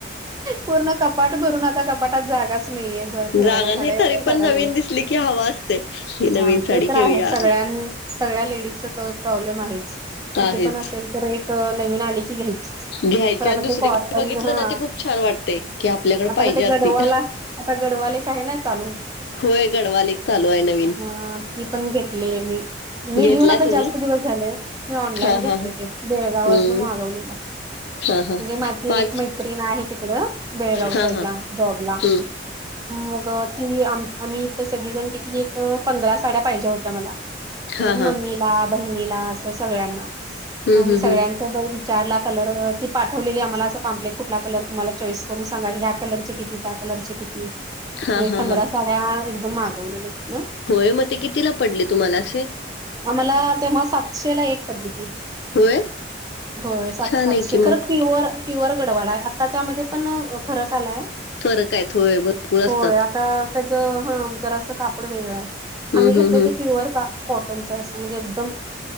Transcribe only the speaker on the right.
पूर्ण कपाट भरून आता कपाटात जागा नाहीे ठेवायला
साड्या
एवढ्या
झाल्या
हा
ते तर आहे
सगळ्यांण सगळ्या लेडीजचा त प्रॉब्लेम आहे किती
पण असेल तर एक नवीन आणी घ्यायची. तरक
ते कॉटन
हा
आता
क ते
गडवाला. आता गडवालेएका आहे ण चालू.
हा ती पण घेतली मी, मी
घेऊन आता
जास्त दिवस झाले मी ऑनलाईन
घेतले
ते बेळगावस
ना मागवलेला.
म्हणजे माझी
एक मैत्रीण आहे तिकड बेळगाव
साईड
ला जॉब ला.
मग ती आम आम्ही इथ सगळीजण तिथे एक पंधरा साड्या पाहिजे होत्या मला. म्हणजे
मम्मीला बहिणीला असं सगळ्यांना
म मी
सगळ्यां
विचारला कलर ती पाठवलेली आम्हाला असं पम्पलेट कुठला कलर तुम्हाला चॉईस करून सांगा ह्या कलरची किती त्या कलरचे किती
पंधरा
साड्या एकदम मागवलेल्या.
आम्हाला तेव्हा सातशे ला एक पडली ती.
होय सात
सातशे
खरं
प्युअर प्युअर गडवाला आहे आता त्यामध्ये पण फरक आलाय.
होय आता त्याच हा जरासं कापड वेगळं आहे.
आम्ही घेतले
ते प्युअर कॉटनच अस म्हणजे एकदम